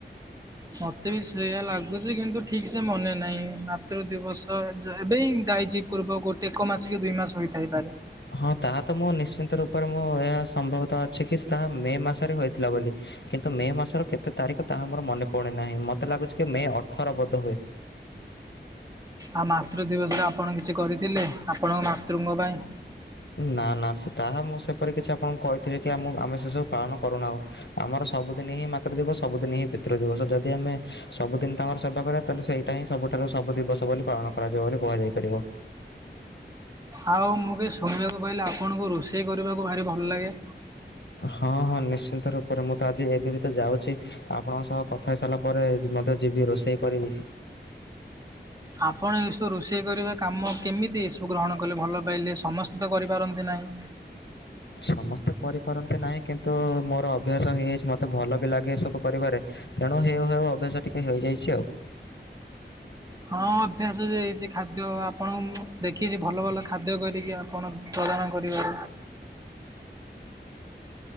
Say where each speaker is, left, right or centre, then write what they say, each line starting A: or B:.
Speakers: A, on the right; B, on the left.
A: ମତେ ବି ସେଇୟା ଲାଗୁଚି କିନ୍ତୁ ଠିକ ସେ ମନେ ନାହିଁ ମାତୃ ଦିବସ ଏବେ ଯାଇଚି। ପୂର୍ବ ଗୋଟେ ଏକ ମାସ କି ଦୁଇ ମାସ ହୋଇଥାଇପାରେ।
B: ହଁ ତାହା ତ ମୁଁ ନିଶ୍ଚିନ୍ତ ରୂପରେ ମୁଁ ଏହା ସମ୍ଭବତ ଅଛି କି ତାହା ମେ ମାସରେ ହୋଇଥିଲା ବୋଲି। କିନ୍ତୁ ମେ ମାସର କେତେ ତାରିଖ ତାହା ମୋର ମନେ ପଡେ ନାହିଁ ମତେ ଲାଗୁଛି କି ମେ ଅଠର ବୋଧ ହୁଏ।
A: ଆଉ ମାତୃ ଦିବସରେ ଆପଣ କିଛି କରିଥିଲେ ଆପଣଙ୍କ ମାତୃଙ୍କ ପାଇଁ।
B: ନା ନା ସେ ତାହା ମୁଁ ସେପରି କିଛି ଆପଣଙ୍କୁ କହିଥିଲି କି ଆମ ଆମେ ସେ ସବୁ ପାଳନ କରୁନାହୁ। ଆମର ସବୁଦିନ ହିଁ ମାତୃଦିବସ ସବୁଦିନ ହିଁ ପିତୃଦ ଦିବସ ଯଦି ଆମେ ସବୁଦିନ ତାଙ୍କର ସେବା କରିବା ତାହେଲେ ସେଇଟା ହିଁ ସବୁଠାରୁ ସବୁ ଦିବସ ବୋଲି ପାଳନ କରାଯିବ ବୋଲି କୁହାଯାଇ ପାରିବ।
A: ଆଉ ମୁଁ କି ଶୁଣିବାକୁ ପାଇଲେ ଆପଣଙ୍କୁ ରୋଷେଇ କରିବାକୁ ଭାରି ଭଲ ଲାଗେ।
B: ହଁ ହଁ ନିଶ୍ଚିନ୍ତ ରୂପରେ ମୁଁ ତ ଆଜି ଏବେ ବି ତ ଯାଉଛି। ଆପଣଙ୍କ ସହ କଥା ହେଇ ସାରିଲା ପରେ ମଧ୍ୟ ଯିବି ରୋଷେଇ କରିବି।
A: ଆପଣ ଏସବୁ ରୋଷେଇ କରିବା କାମ କେମିତି ଏସବୁ ଗ୍ରହଣ କଲେ ଭଲ ପାଇଲେ ସମସ୍ତେ ତ କରିପାରନ୍ତି ନାହିଁ।
B: ସମସ୍ତେ କରିପାରନ୍ତି ନାହିଁ କିନ୍ତୁ ମୋର ଅଭ୍ୟାସ ହେଇଯାଇଛି ମୋତେ ଭଲ ବି ଲାଗେ ଏସବୁ କରିବାରେ। ତେଣୁ ହେଉ ହେଉ ଅଭ୍ୟାସ ଟିକେ ହେଇଯାଇଛି ଆଉ।
A: ହଁ ଅଭ୍ୟାସ ଯାଇଛି ଖାଦ୍ୟ ଆପଣଙ୍କୁ ଦେଖିଛି ଭଲ ଭଲ ଖାଦ୍ୟ କରିକି ଆ କଣ ତଳନ କରିବା।